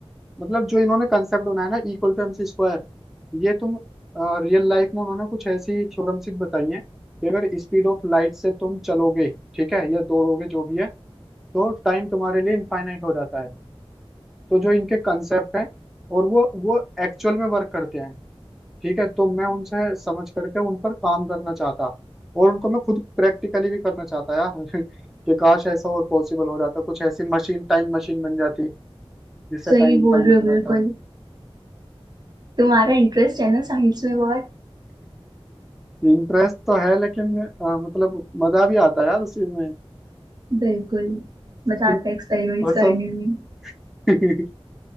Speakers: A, in the centre; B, on the right.
A: मतलब जो इन्होंने कंसेप्ट बनाया ना E equal to M C square ये तुम रियल लाइफ में उन्होंने कुछ ऐसी थ्योरम्स बताई हैं कि अगर स्पीड ऑफ लाइट से तुम चलोगे ठीक है या दौड़ोगे जो भी है तो टाइम तुम्हारे लिए इनफाइनाइट हो जाता है तो जो इनके कंसेप्ट हैं और वो वो एक्चुअल में वर्क करते हैं ठीक है तो मैं उनसे समझ करके उन पर काम करना चाहता और उनको मैं खुद प्रैक्टिकली भी करना चाहता यार <laughs> कि काश ऐसा और पॉसिबल हो जाता कुछ ऐसी मशीन टाइम मशीन बन जाती जिससे
B: सही
A: टाइम इनफाइनाइट
B: बोल रहे हो
A: हो
B: बिल्कुल
A: जाता
B: तुम्हारा इंटरेस्ट है ना साइंस में बहुत
A: इंटरेस्ट <laughs> तो है लेकिन अ, मतलब मजा भी आता है यार उस चीज में
B: बिल्कुल मजा
A: <laughs>
B: आता है एक्सपेरिमेंट्स
A: और सब
B: करने में
A: <laughs>